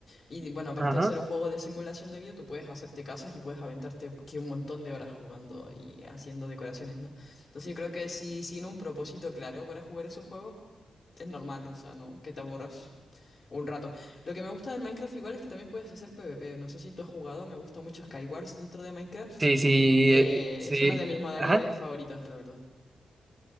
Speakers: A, on the left; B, on the right.
A: Y bueno, aparte
B: Ajá.
A: de ser un juego de simulación de vida, tú puedes hacerte casas y puedes aventarte que un montón de horas jugando y haciendo decoraciones, ¿no? Entonces yo creo que si sin un propósito claro para jugar esos juegos, es normal, o sea, ¿no? Que te aburras. Un rato. Lo que me gusta del Minecraft igual es que también puedes hacer PvP. No sé si tú has jugado, me gusta mucho Skywars dentro de Minecraft.
B: Sí, sí,
A: Eh,
B: eh, sí,
A: es una de mis modalidades
B: ajá.
A: favoritas, la verdad.